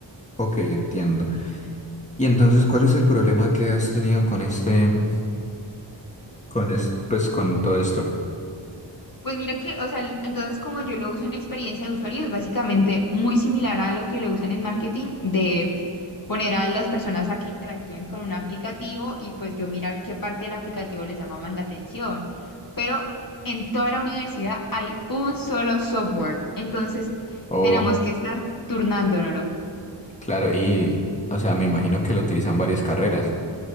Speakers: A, on the left; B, on the left.
A: Ok, entiendo. Y entonces, ¿cuál es el problema que has tenido con este, mm, con es, pues con todo esto?
B: Pues mira que, o sea, el- entonces como yo lo uso en experiencia de usuario, es básicamente muy similar a lo que lo usan en marketing, de poner a las personas a que interactúen con un aplicativo y pues yo mirar qué parte del aplicativo les llama más la atención. Pero en toda la universidad hay un solo software, entonces
A: Oh,
B: tenemos que estar turnándonoslo.
A: claro, y, o sea, me imagino que lo utilizan varias carreras.